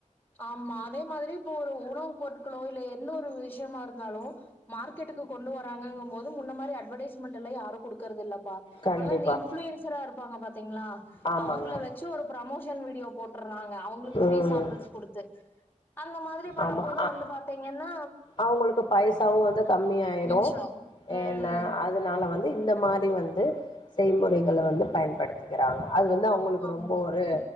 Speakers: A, on the left; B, on the left.
A: ஆமா அதே மாதிரி இப்ப ஒரு உணவு பொருட்களோ இல்ல எந்த ஒரு விஷயமா இருந்தாலு மார்க்கெட்டுக்கு கொண்டு வராங்கங்கும்போது முன்ன மாரி அட்வடைஸ்மண்ட்லா யாரு குடுத் க்றதில்ல ப இப்ப
B: கண்டிப்பா
A: எல்லா இந்த இன்ப்ளூயன்சரா இருப்பாங்க பாத்திங்ளா
B: ஆமாங்க
A: அவங்கள வச்சு ஒரு ப்ரமோஷன் வீடியோ போட்டர்றாங்க அவங்ளுக்கு
B: ம்
A: ஃப்ரீ சாம் வச்சு குடுத்து அந்த மாதிரி பண்ணும்
B: ஆமா
A: போது
B: அ
A: வந்து பாத்திங்கன்னா
B: அவங்களுக்கு பைசாவு வந்து கம்மி ஆயிரு
A: மிச்சோ ம்
B: ஏனா அதனால வந்து இந்த மாரி வந்து செய்முறைகளை வந்து பயன்படுத்திகிறாங்க அது வந்து அவங்களுக்கு
A: ஆமா
B: ரொம்போ ஒரு